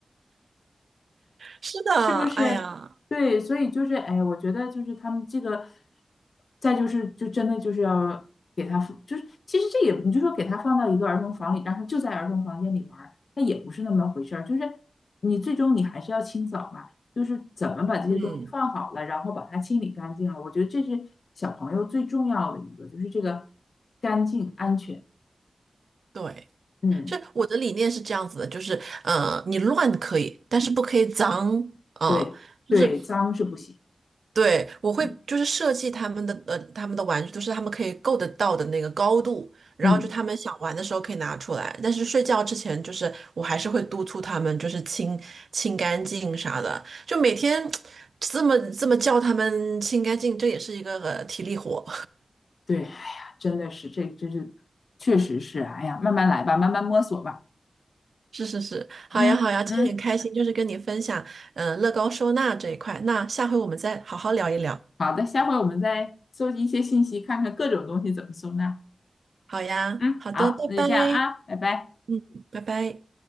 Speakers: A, on the right; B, on the left.
A: 是的，
B: 是不是？
A: 哎呀，
B: 对，所以就是，哎，我觉得就是他们这个，再就是，就真的就是要给他放就是其实这也，你就说给他放到一个儿童房里，让他就在儿童房间里玩儿，那也不是那么回事儿。就是你最终你还是要清扫嘛，就是怎么把这些东西放好了，
A: 嗯，
B: 然后把它清理干净了。我觉得这是小朋友最重要的一个，就是这个干净安全。
A: 对。
B: 嗯，
A: 是我的理念是这样子的，就是，呃，你乱可以，但是不可以脏，啊，
B: 对对，
A: 就是
B: 脏是不行。
A: 对我会就是设计他们的呃他们的玩具，
B: 嗯。
A: 都是他们可以够得到的那个高度，然后就他们想玩的时候可以拿出来，
B: 嗯
A: 但是睡觉之前就是我还是会督促他们就是清清干净啥的，就每天这么这么叫他们清干净，这也是一个、呃体力活。
B: 对，哎呀，真的是，这真是，确实是，哎呀，慢慢来吧，慢慢摸索吧。
A: 是是是，好呀好呀，
B: 嗯嗯，
A: 今天很开心，就是跟你分享，嗯、乐高收纳这一块。那下回我们再好好聊一聊。
B: 好的，下回我们再搜集一些信息，看看各种东西怎么收纳。
A: 好呀，
B: 嗯，
A: 好的，
B: 好，
A: 拜拜，
B: 那就这样啊，拜拜。
A: 嗯，拜拜。